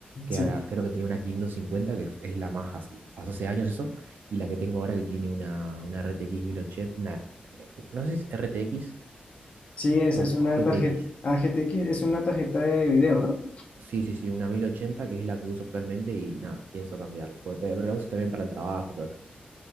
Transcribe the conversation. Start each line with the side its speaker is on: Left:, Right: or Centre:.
Right: que
Left: sí,
Right: ah, creo que tiene una 550, que es la más hace, pasó hace años eso, y la que tengo ahora que tiene una, una RTX 1080, una, eh, no sé si es RTX
Left: sí, esa
Right: o
Left: es una
Right: GTX.
Left: tarjeta, AGTX es una tarjeta de video, ¿no?
Right: Sí, sí, sí, una mil ochenta que es la que uso actualmente y nada, pienso cambiarla. Pues, pe- Pero la uso también para el trabajo, todas esas cosas.